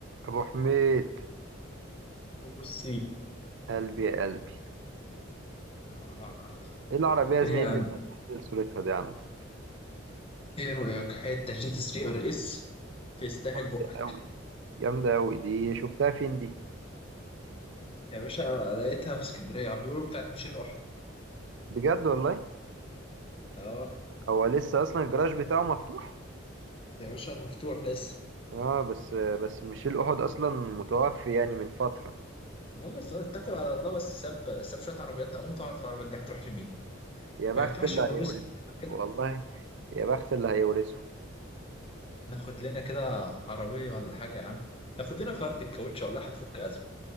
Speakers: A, on the right; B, on the left.
A: ابو حميد
B: بصي
A: قلبي يا قلبي
B: آه.
A: ايه العربيه يا
B: ايه
A: زميلي
B: يا
A: اللي
B: عم
A: انت منزل صورتها دي عندك
B: ايه رأيك حتة جي تي 3 ار اس تستاهل
A: جامده
B: بقك
A: قوي جامده قوي دي شفتها فين دي
B: يا باشا لقيتها في اسكندرية عم بيقولوا بتاعت ميشيل أحد
A: بجد والله
B: اه
A: هو لسه اصلا الجراج بتاعه مفتوح
B: يا باشا مفتوح لسه
A: اه بس بس ميشيل احد اصلا متوفي يعني من فتره
B: اه بس أنا اتكل على الله بس ساب ساب شوية عربيات اموت اعرف العربيات دي هتروح لمين
A: يا بخت
B: ما ينفعش
A: اللي
B: نورث
A: هيورثه
B: كده
A: والله يا بخت اللي هيورثه
B: ناخد لنا كده عربية ولا حاجة يا عم ناخد لنا فرد الكاوتش والله هتفك أزمة